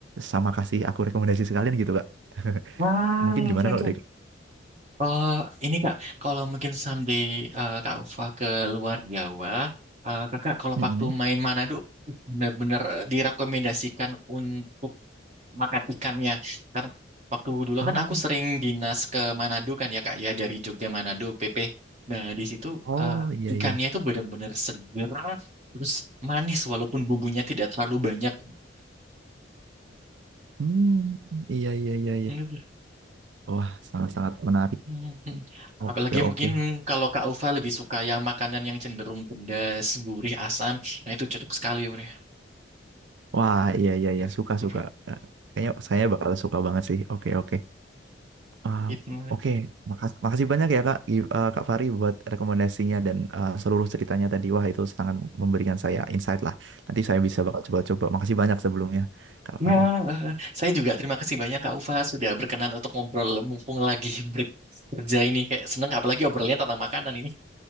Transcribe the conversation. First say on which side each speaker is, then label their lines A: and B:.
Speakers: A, on the right; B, on the right.
A: Sama kasih aku rekomendasi sekalian gitu Kak. <laughs>
B: Ah,
A: Mungkin gimana
B: oke,
A: kalau
B: oke.
A: dari Kak?
B: Eh, ini Kak, kalau mungkin someday eh, Kak Ufa ke luar Jawa, eh, Kakak kalau
A: Mm-mm.
B: waktu main Manado bener benar direkomendasikan untuk makan ikannya. Karena waktu dulu
A: Um,
B: kan aku sering dinas ke Manado kan ya Kak ya dari Jogja Manado PP. Nah, di situ
A: Oh
B: eh,
A: iya
B: ikannya
A: iya
B: itu bener-bener seger, terus manis walaupun bumbunya tidak terlalu banyak.
A: Hmm, iya iya iya iya.
B: <laughs>
A: Wah, sangat-sangat menarik.
B: Mhm.
A: Oke
B: Apalagi
A: oke.
B: mungkin kalau Kak Ufa lebih suka yang makanan yang cenderung pedas, gurih, asam. Nah itu cocok sekali. Bre.
A: Wah, iya iya
B: <laughs>
A: iya, suka suka. Eh, Kayaknya saya bakal suka banget sih. Oke oke. Ah,
B: Itu.
A: oke, Makas- makasih banyak ya Kak I- eh, Kak Fari buat rekomendasinya dan eh, seluruh ceritanya tadi. Wah, itu sangat memberikan saya insight lah. Nanti saya bisa bakal coba-coba. Makasih banyak sebelumnya Kak
B: Ya,
A: Fari.
B: eh, saya juga terima kasih banyak Kak Ufa sudah berkenan untuk ngobrol mumpung lagi break kerja ini kayak seneng apalagi obrolannya tentang makanan ini.